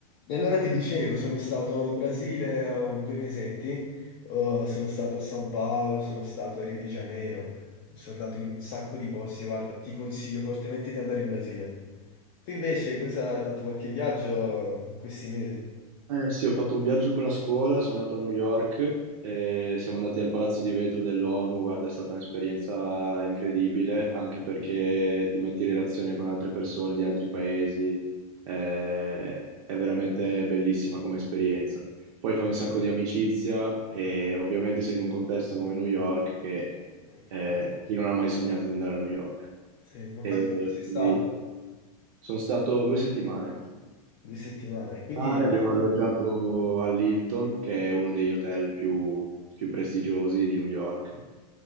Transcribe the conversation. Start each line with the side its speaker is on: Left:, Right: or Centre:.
Left: E allora ti dicevo, sono stato in Brasile eh, un- due mesetti, eh, sono stato a San Paolo, sono stato a Rio de Janeiro, sono andato in un sacco di posti, guarda, ti consiglio fortemente di andare in Brasile. Tu invece cosa hai fatto qualche viaggio eh, in questi mesi?
Right: Eh sì, ho fatto un viaggio con la scuola, sono andato a New York e siamo andati al Palazzo di Vetro dell'ONU. Guarda, è stata un'esperienza incredibile, anche perché ti metti in relazione con altre persone di altri paesi. eh, è veramente bellissima come esperienza. Poi fai un sacco di amicizia e ovviamente sei in un contesto come New York che
Left: Ecco.
Right: eh, chi non ha mai sognato di andare a New York.
Left: Sì, ma
Right: E
Left: quanto tempo sei stato?
Right: quindi sono stato due settimane
Left: Due settimane, eh, quindi
Right: mare,
Left: diciamo,
Right: abbiamo alloggiato all'Hilton, che è uno degli hotel più, più prestigiosi di New York,